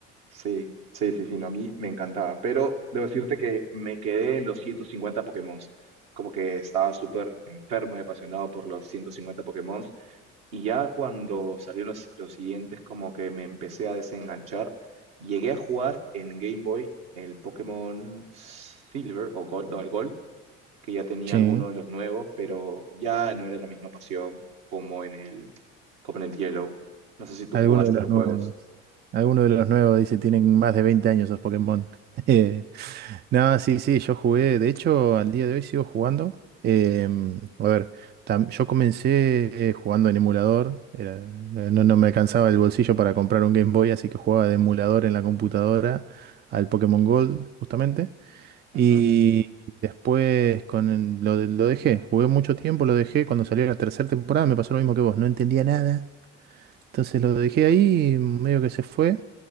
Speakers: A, on the right; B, on the right.
A: Sí, sí, sí, sí, no, a mí me encantaba. Pero debo decirte que me quedé en los 150 Pokémon. Como que estaba súper enfermo y apasionado por los 150 Pokémon. Y ya cuando salieron los, los siguientes, como que me empecé a desenganchar. Llegué a jugar en Game Boy el Pokémon Silver o Gold, no, el Gold, que ya tenía
B: Sí,
A: alguno de los nuevos, pero ya no era la misma pasión como en el, como en el Yellow. No sé si tú
B: alguno
A: jugaste
B: de los
A: los
B: nuevos.
A: juegos.
B: Alguno de los nuevos dice, tienen más de 20 años esos Pokémon. <laughs> No, sí, sí, yo jugué, de hecho al día de hoy sigo jugando. Em, a ver, tam- yo comencé eh, jugando en emulador, era- no, no no me alcanzaba el bolsillo para comprar un Game Boy, así que jugaba de emulador en la computadora al Pokémon Gold, justamente.
A: Ujú.
B: Y después con el- lo, de- lo dejé, jugué mucho tiempo, lo dejé, cuando salió la tercera temporada me pasó lo mismo que vos, no entendía nada. Entonces lo dejé ahí, medio que se fue.